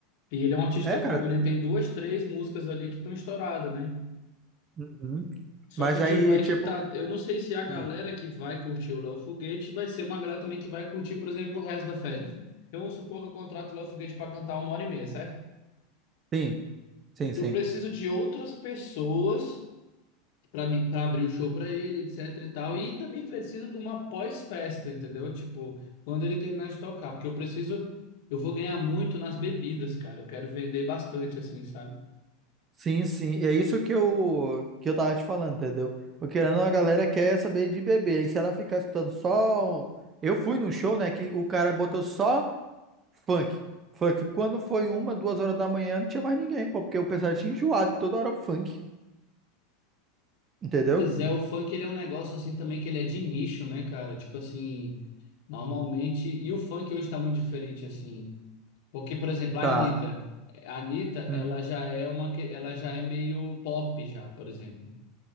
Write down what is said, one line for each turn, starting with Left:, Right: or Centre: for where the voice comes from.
Left: E ele é um artista
Right: É,
Left: bom.
Right: cara.
Left: Ele tem duas, três músicas ali que estão estouradas, né?
Right: Uhum.
Left: Só
Right: Mas
Left: que,
Right: aí,
Left: tipo, aí
Right: tipo.
Left: que tá. Eu não sei se a galera
Right: Hum.
Left: que vai curtir o Léo Foguete vai ser uma galera também que vai curtir, por exemplo, o resto da festa. Eu vamos supor que eu contrato o Léo Foguete pra cantar uma hora e meia, certo?
Right: Sim, sim,
Left: Eu
Right: sim.
Left: preciso de outras pessoas. para abrir o show para ele, etc e tal. E também preciso de uma pós-festa, entendeu? Tipo, quando ele terminar de tocar, porque eu preciso, eu vou ganhar muito nas bebidas, cara. Eu quero vender bastante assim, sabe?
Right: Sim, sim. É isso que eu, que eu tava te falando, entendeu? Porque querendo, ou não, a galera quer saber de bebê. Aí se ela ficar escutando só. o- Eu fui num show, né? Que o cara botou só funk. Funk. Quando foi uma, duas horas da manhã, não tinha mais ninguém, pô, porque o pessoal tinha enjoado, toda hora funk. Entendeu?
Left: Pois é, o funk ele é um negócio assim também que ele é de nicho, né, cara? Tipo assim, normalmente, e o funk hoje tá muito diferente assim, porque por exemplo, a
Right: Tá.
Left: Anitta, a Anitta,
Right: Uhum.
Left: ela já é uma que ela já é meio pop já, por exemplo.